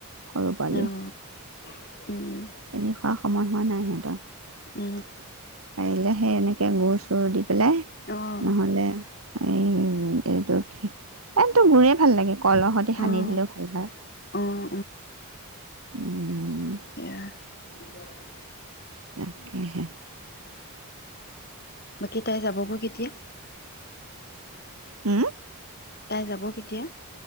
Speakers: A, on the right; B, on the left.
A: সৰু পোৱালি।
B: অঁ উম
A: চেনি খোৱাৰ সময় হোৱা নাই সিহঁতৰ।
B: উ
A: পৰিলে সেনেক এ গুৰ চুৰ দি পেলাই
B: অঁ
A: নহ'লে। এই এইটো এইটো গুৰে ভাল লাগে। কলৰ খৈতে সানি
B: অঁ
A: দিলেও ভাল হয়।
B: অঁ
A: উহ
B: স <unintelligible>
A: তাকেহে।
B: বাকী তাই যাবগৈ কেতিয়া।
A: উম।
B: তাই যাব কেতিয়া?